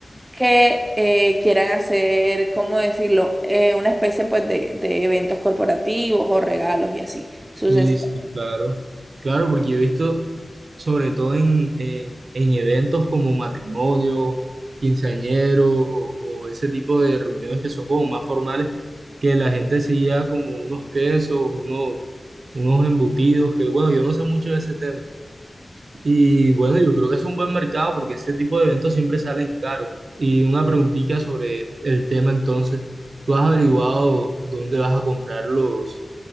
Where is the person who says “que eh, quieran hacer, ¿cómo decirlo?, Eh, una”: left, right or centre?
Right